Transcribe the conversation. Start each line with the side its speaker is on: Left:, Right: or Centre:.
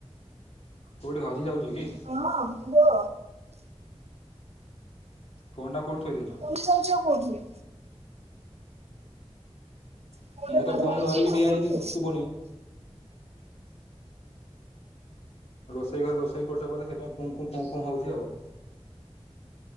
Left: କୋଉଠେ ହଜିଯାଉଛ କି।
Right: ହଁ କୁହ।
Left: ଫୋନ୍ ଟା କୋଉଠି ଥୋଇ ଦେଇଚ?
Right: କଥା ହଉଚ କୋଉଥିରେ। ଫୋନରେ
Left: ମୁଁ
Right: କଥା
Left: ତ ଫୋନ
Right: ଧରିଛି
Left: ଧରିକି
Right: ଆଉ
Left: ଠିଆ
Right: କୋଉଠି?
Left: ହେଇଛି କୁ ଶୁଭୁନି। ରୋଷେଇ ଘରେ ରୋଷେଇ କରୁଛ ବଧେ ସେଇଥିପାଇଁ କୁଁ କୁଁ କୁଁ କୁଁ ହଉଚି ଆଉ।